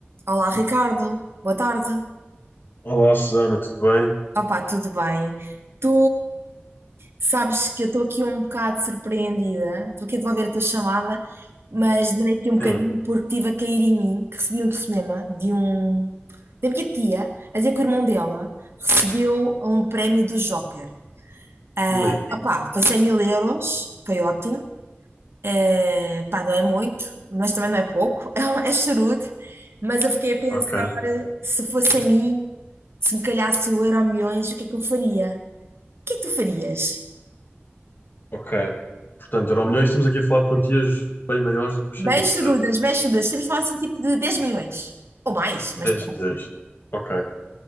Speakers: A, on the right; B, on the left.
A: Olá, Ricardo. Boa tarde.
B: Olá, Susana, tudo bem?
A: Opa, tudo bem? Tu sabes que eu estou aqui um bocado surpreendida. Estou aqui a devolver a tua chamada, mas demorei aqui um bocadinho
B: Sim.
A: porque estive a cair em mim, que recebi um telefonema de um da minha tia, a dizer que o irmão dela recebeu um prémio do Joker. Ah,
B: Ui,
A: opa, foi 100 mil euros, foi ótimo. Eh, pá, não é muito, mas também não é pouco, <laughs> é, um- é charudo. Mas eu fiquei a pensar,
B: ok,
A: se fosse a mim, Se me calhasse o Euro Milhões, o que é que eu faria? O que é que tu farias?
B: ok. Portanto, Euromilhões, estamos aqui a falar de quantias bem maiores do que os
A: Bem
B: 100 mil,
A: chorudas,
B: certo?
A: bem chorudas. Temos de falar assim, tipo de dez milhões. Ou mais, mas
B: 10
A: pronto.
B: milhões. Ok.